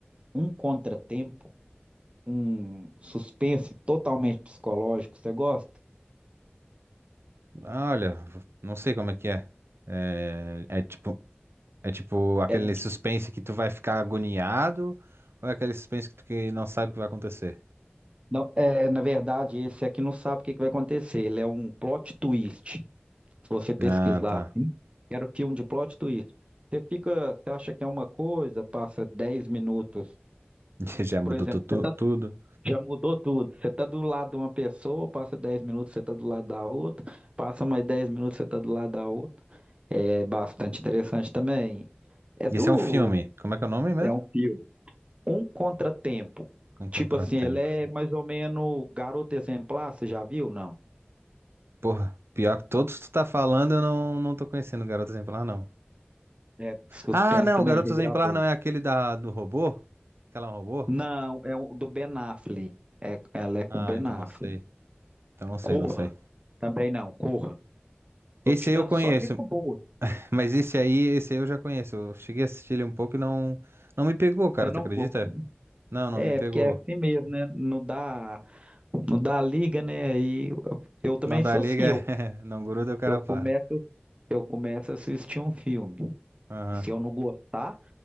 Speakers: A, on the right; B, on the right.
A: Um Contratempo, um suspense totalmente psicológico. Você gosta?
B: Olha, não sei como é que é. É, é tipo, é tipo aquele
A: Ela- é,
B: suspense que tu vai ficar agoniado, ou é aquele suspense que tu que não sabe o que vai acontecer?
A: não, é, na verdade, esse aqui não sabe o que que vai acontecer. Ele é um plot twist. Se você pesquisar
B: Ah, tá.
A: assim, era o filme de plot twist. Você fica, você acha que é uma coisa, passa 10 minutos.
B: <laughs> Já mudou
A: Por exemplo,
B: tu, tu-
A: você tá,
B: tudo.
A: já mudou tudo. Você tá do lado de uma pessoa, passa 10 minutos, você tá do lado da outra, passa mais 10 minutos, você tá do lado da outra. É bastante interessante também. É do,
B: Isso é um filme. Como é que é o nome mesmo?
A: é um filme. Um contratempo.
B: Um Contratempo.
A: Tipo assim, ele é mais ou menos Garota Exemplar, você já viu? Não.
B: Porra, pior que todos que tu tá falando, eu não, não tô conhecendo Garota Exemplar, não.
A: É de suspense
B: Ah, não,
A: também,
B: o Garoto
A: regravou.
B: Exemplar não é aquele da, do robô? Aquela é um robô?
A: Não, é o do Ben Affleck. É, ela é com
B: Ah,
A: Ben
B: então
A: Affleck.
B: não sei. Então não sei,
A: Corra.
B: não sei.
A: Também não, corra. Tô
B: Esse
A: te dando
B: aí eu conheço,
A: só dica boa.
B: mas esse aí, esse aí eu já conheço. Eu cheguei a assistir ele um pouco e não, não me pegou, cara,
A: Você não...
B: tu acredita?
A: go-
B: Não, não
A: É,
B: me pegou.
A: porque é assim mesmo, né? Não dá, não dá liga, né? Aí eu, eu também
B: Não dá
A: sou
B: liga,
A: assim. Eu,
B: <laughs> não gruda, o cara
A: eu começo,
B: para.
A: eu começo a assistir um filme.
B: Aham.
A: Se eu não gostar,